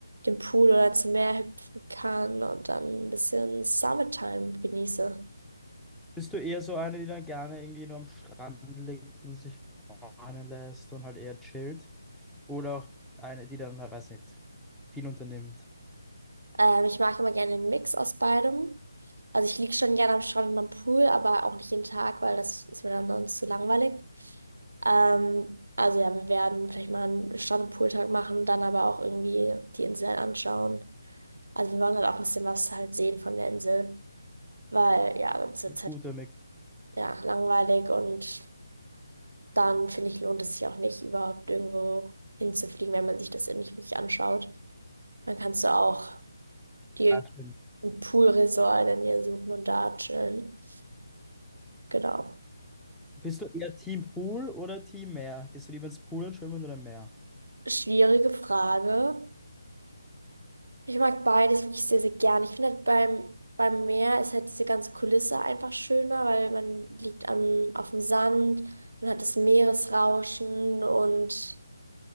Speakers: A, on the right; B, in the centre.
A: dem Pool oder zum Meer hüpfen kann und dann ein bisschen Summertime genieße.
B: Bist du eher so eine, die dann gerne irgendwie nur am Strand liegt und sich bräunen lässt und halt eher chillt? Oder auch eine, die dann, na, weiß nicht, viel unternimmt?
A: Ähm, ich mag immer gerne den Mix aus beidem. Also ich liege schon gerne am Strand und am Pool, aber auch nicht jeden Tag, weil das ist mir dann sonst zu langweilig. Ähm, also ja, wir werden vielleicht mal einen Strand- und Pooltag machen, dann aber auch irgendwie die Insel anschauen. Also wir wollen halt auch ein bisschen was halt sehen von der Insel, weil ja, sonst wird es
B: Guter
A: halt
B: Mix.
A: ja, langweilig und dann finde ich, lohnt es sich auch nicht, überhaupt irgendwo hinzufliegen, wenn man sich das nicht wirklich anschaut. Dann kannst du auch dir
B: Stimmt.
A: ein Poolresort in der Nähe suchen und da chillen. Genau.
B: Bist du eher Team Pool oder Team Meer? Gehst du lieber ins Pool und schwimmen oder im Meer?
A: Schwierige Frage. Ich mag beides wirklich sehr, sehr gern. Ich finde halt beim, beim Meer ist halt diese ganze Kulisse einfach schöner, weil man liegt am, auf dem Sand, man hat das Meeresrauschen und